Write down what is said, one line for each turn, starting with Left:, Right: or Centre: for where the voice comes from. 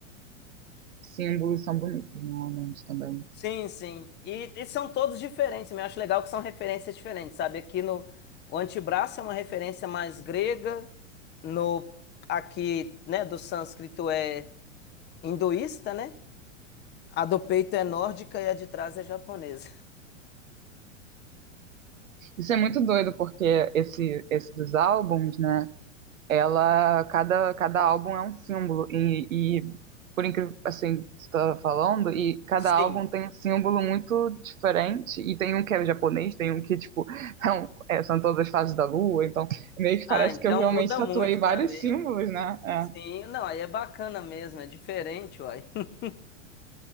Right: símbolos são bonitos normalmente também.
Left: Sim, sim. E, e são todos diferentes. Eu acho legal que são referências diferentes, sabe? Aqui no o antebraço é uma referência mais grega, no aqui, né, do sânscrito é hinduísta, né? A do peito é nórdica e a de trás é japonesa.
Right: Isso é muito doido porque esse esse dos álbuns, né? Ela cada cada álbum é um símbolo e, e por incrível assim que você está falando e cada
Left: <laughs> Sim.
Right: álbum tem um símbolo muito diferente e tem um que é japonês, tem um que tipo <laughs> é um- é, são todas as fases da lua, então meio que
Left: Ah,
Right: parece
Left: então
Right: que eu realmente
Left: muda
Right: tatuei
Left: muito
Right: vários
Left: também,
Right: símbolos,
Left: ué.
Right: né? É,
Left: Sim, não, aí é bacana mesmo, é diferente, uai. <laughs>